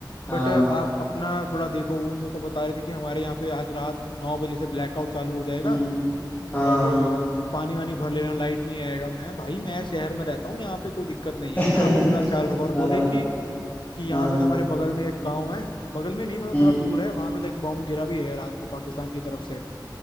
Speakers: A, on the left (about 25°); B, on the left (about 80°).
A: हाँ
B: बट आप अपना थोड़ा देखो वो मेरे को बता रहे थे कि हमारे यहाँ पे आज रात नौ बजे से ब्लैकआउट चालू हो जाएगा
A: हम्म हाँ
B: और अ, पानी वानी भर लेना लाइट नहीं आएगा मैं भाई मैं शहर में रहता हूँ यहाँ पे कोई दिक्कत नहीं
A: <laughs>
B: है आप अपना ख्याल रखो और
A: हाँ
B: बोले कि कि यहाँ
A: हाँ
B: पे तो हमारे बगल में एक गांव है बगल में नहीं मतलब
A: हम्म
B: थोड़ा दूर है वहां पे तो एक बॉम्ब गिरा भी है रात को पाकिस्तान की तरफ से